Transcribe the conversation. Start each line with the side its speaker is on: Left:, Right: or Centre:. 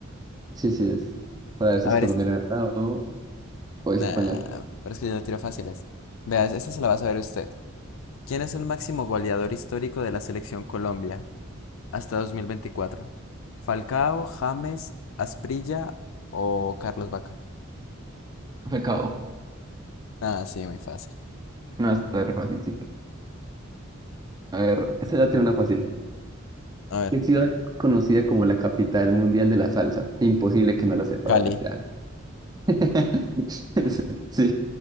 Right: Sí, sí, es. Para ver si
Left: A
Right: es
Left: ver,
Right: colombiano
Left: es-
Right: ¿verdad? o o es
Left: Nah,
Right: español.
Left: pero es que yo no tiro fáciles. Veas, esta se la va a saber usted. ¿Quién es el máximo goleador histórico de la selección Colombia hasta 2024? ¿Falcao, James, Asprilla o Carlos Vaca?
Right: Pecado.
Left: Ah, sí, muy fácil.
Right: No, está re fácil, sí. A ver, esta ya tiene una fácil.
Left: A ver,
Right: ¿Qué ciudad es conocida como la capital mundial de la salsa? Imposible que no la sepa,
Left: Cali.
Right: ¿verdad? Ya. <laughs> Sí,